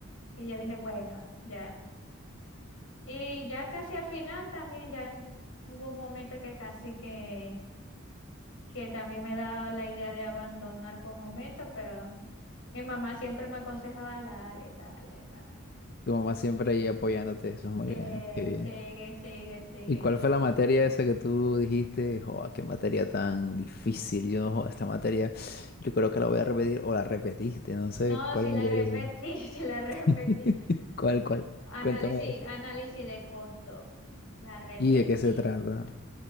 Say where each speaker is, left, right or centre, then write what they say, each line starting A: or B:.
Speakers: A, on the left; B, on the left.
A: Y ya dije, bueno, ya. Y ya casi al final también, ya hubo un momento que casi que, que también me daba la idea de abandonar por un momento, pero mi mamá siempre me aconsejaba, dale, dale, dale,
B: Tu mamá siempre ahí apoyándote, eso es muy
A: sí
B: bien, qué bien.
A: sigue, sigue, sigue,
B: ¿Y cuál
A: y yo.
B: fue la materia esa que tú dijiste? ¡Joa! qué materia tan difícil. Yo, joda, esta materia, yo creo que la voy a repetir o la repetiste, no sé
A: No,
B: cuál
A: si la
B: materia
A: repetí,
B: es.
A: <laughs> si la repetí.
B: <laughs> ¿Cuál, cuál?
A: Análisis,
B: Cuéntame.
A: análisis de costo, la repetí.
B: ¿Y de qué se trata?